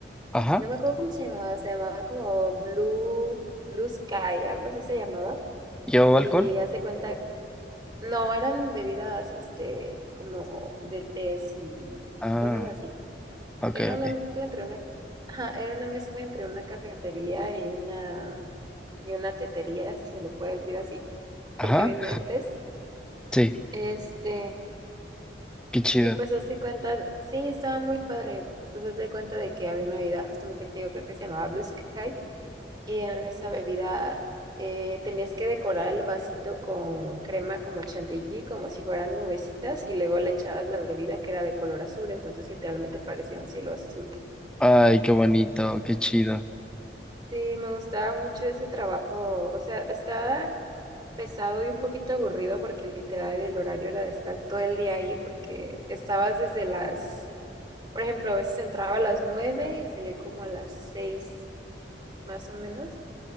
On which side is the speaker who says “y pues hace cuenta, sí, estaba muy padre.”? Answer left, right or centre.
Right